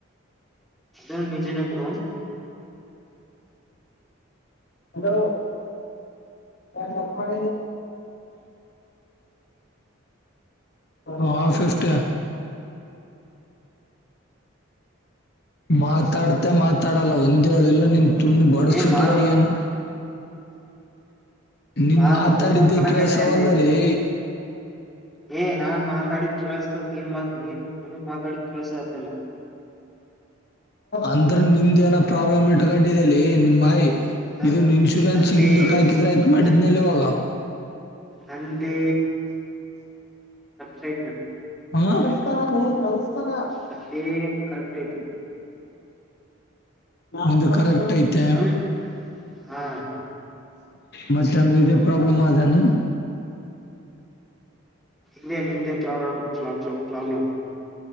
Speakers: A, in the centre; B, on the left (about 50°).
A: ಅ ನಿಜನ ಬಿಡ
B: ಹಲೋ ಯಪ್ಪ ಮಾಡ ಮಹಾಶೇಷ್ಟ ಮಾತಾಡ್ತೆ ಮಾತಾಡಲ್ಲ ಒಂದಏಳು ಇಲ್ಲ ನಿನ್ ತುಂಡ ಬಡಸುಟ್ಗ
A: ಏ ಮಾ
B: ಏನ್ ನೀನ್
A: ಮಾ
B: ಮಾತಾಡಿದ್ದೆ
A: ಹೂ ಅನ್ನಕತ್ನಲ್ಲೇ
B: ಕೇಳ ಸವಲ್ದದಲ್ಲಿ
A: ಏ ನಾನ್ ಮಾತಾಡಿದ್ ಕೇಳಸತ ನೀನ್ ಮಾ ನೀನ್ ನಿನ್ ಮಾತಾಡಿದ ಕೇಳಸತ್ತಲ್ಲ
B: ಅಂದ್ರ ನಿಂದೇಏನೋ ಪ್ರಾಬ್ಲಮ್ ಇಟ್ಕೊಂಡಿದ್ದಲ್ಲಿ ನಿಮ್ಮಾಯಿ
A: ನನ್
B: ಇದನ್ ಇನ್ಶೂರೆನ್ಸ್ಗಿಂದ
A: ನಂದೇ
B: ಕ ಹಾಕಿದ್ರೆ ಆಯ್ತ ಮಾಡಿದ್ನೇಲೆ
A: ನನ್
B: ಇವಾಗ
A: ನಂದೇ ಸೈ
B: ಹ ಅತರ ಕತರ
A: ನಂದೇನ್ ಕರೆಕ್ಟ್ ಐತಿ
B: ನಿಂತ ಕಾರ ಊಟ ಆಯ್ತಾ
A: ಹ್ಮ್ ಹಾ
B: ಮತ್ತ ಚಂದ್ರ ಇದೇ ಪ್ರಾಬ್ಲಮ್ ಅದೇಾನ
A: ಹೇ ನಿದೆ ಕಲಲ <unintelligible>